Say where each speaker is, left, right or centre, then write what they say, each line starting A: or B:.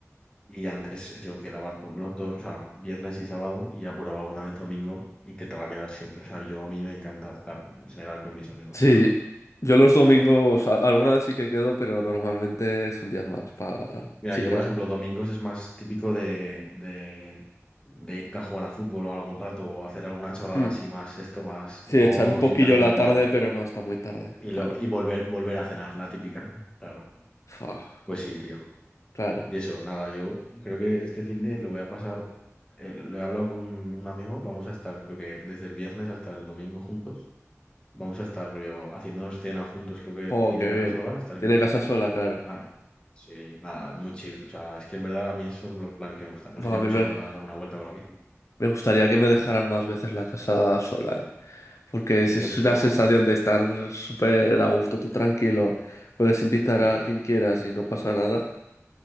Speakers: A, on the left; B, on the left.
A: Y antes yo quedaba to- los dos, o sea, viernes y sábado y apuraba alguna vez domingo, intentaba quedar siempre. O sea, yo a mí me encanta estar en general con mis amigos.
B: Sí,
A: o sea,
B: yo los domingos, a- alguna vez sí que quedo, pero normalmente es un día más para
A: mira,
B: chilear.
A: yo por ejemplo, domingos es más típico de, de, de irte a jugar a fútbol o algún rato o hacer alguna chorrada
B: Hmm.
A: así más esto, más
B: Sí,
A: no
B: echar un poquillo
A: irte a cenar
B: la
A: ni
B: tarde,
A: nada.
B: pero no hasta muy tarde,
A: Y,
B: claro.
A: lo, y volver, volver a cenar, la típica, claro.
B: Fua,
A: Pues sí, tío.
B: claro.
A: Y eso, nada, yo creo que este fin de lo voy a pasar, eh, lo he hablado con un amigo, vamos a estar creo que desde el viernes hasta el domingo juntos. Vamos a estar rollo haciéndonos cena juntos, creo que
B: Oh,
A: tiene
B: qué
A: casa
B: bien.
A: sola, estaremos.
B: Tiene casa sola, claro.
A: Ah, sí, nada, muy chill. O sea, es que en verdad a mí esos son los planes que me gustan. Nos
B: Buah,
A: iremos
B: a mí me-
A: igual a dar una vuelta con la bici.
B: Me gustaría que me
A: Sí,
B: dejaran más veces la casa sola, ¿eh? Porque
A: eso
B: es, es
A: es
B: una
A: gozada.
B: sensación de estar súper a gusto, tú tranquilo, puedes invitar
A: Sí,
B: a quien quieras y no pasa nada.